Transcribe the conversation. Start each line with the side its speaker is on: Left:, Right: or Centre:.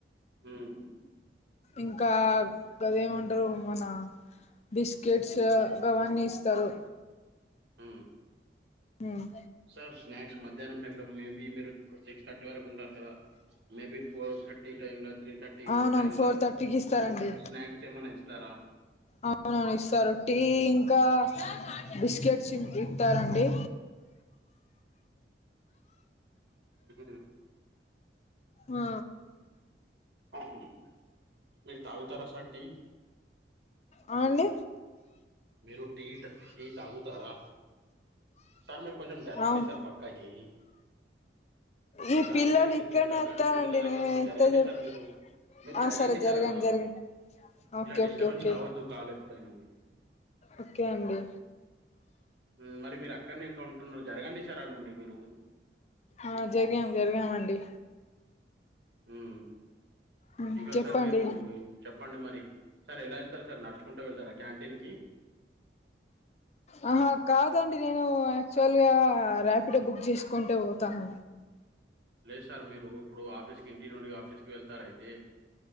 Right: ఉమ్మ్
Left: ఇంకా గాదేమంటారు మన బిస్కెట్స్ గావన్నీ ఇస్తారు
Right: ఉమ్మ్
Left: ఉమ్మ్
Right: సార్ స్నాక్స్ మధ్యాహ్నం టైంలో మేబీ మీరు సిక్స్ థర్టీ వరకు ఉంటారు కదా మేబీ ఫోర్ థర్టీ టైమ్ లా త్రీ థర్టీ
Left: అవునవును
Right: ఫోర్ టైమ్ లా
Left: థర్టీకి ఇస్తారండి
Right: ఉఫ్ స్నాయాక్స్ ఏమన్నా ఇస్తారా
Left: అవునవును ఇస్తారు టీ ఇంకా బిస్కెట్స్ ఇ ఇన్ తారండి
Right: ఉమ్మ్
Left: ఆ
Right: ఆహుమ్ మీరు తాగుతారు అసాట్
Left: ఆ అండి
Right: మీరు టీట్ టీ తాగుతారా సార్ మీరు కొంచెం జరగండి
Left: అవును
Right: సార్ పక్కాకి
Left: ఈ
Right: ఇటు రండి
Left: పిల్లలు
Right: మీరు ఇటు
Left: ఇక్కడనే
Right: జ జరగండి
Left: వస్తారండి
Right: పిల్లల దగ్గర
Left: నేను
Right: నుండి
Left: ఎంత
Right: జరగండి
Left: చెప్
Right: సార్ మీరు మీరు
Left: ఆ
Right: జరగండి
Left: సరే
Right: సార్ ఆడ
Left: జరగండి ఓకే
Right: ఇలా డిస్టర్బెన్స్
Left: ఓకే ఓకే
Right: కావద్దు కాలు ఎప్పుడైనా మీది
Left: ఓకే అండి
Right: ఉమ్ మరి మీరు అక్కడనే ఇంకా ఉంటున్నారు జరగండి సార్ ఆడునుండి మీరు
Left: ఆ జరిగాం జరిగామండి
Right: ఉమ్మ్
Left: మ్
Right: ఇంకా
Left: చెప్పండి
Right: సార్ మీరు చెప్పండి మరి సార్ ఎలా వెళ్తారు సార్ నడుచుకుంటా వెళ్తారా క్యాంటీన్ కి
Left: ఆహా కాదండి నేను యాక్చువల్గా రాపిడో బుక్ జేసుకుంటు వోతాన్
Right: లేదు సార్ మీరు ఇప్పుడు ఆఫీస్ కి ఇంటి నుండి ఆఫీస్ కి వెళ్తారయితే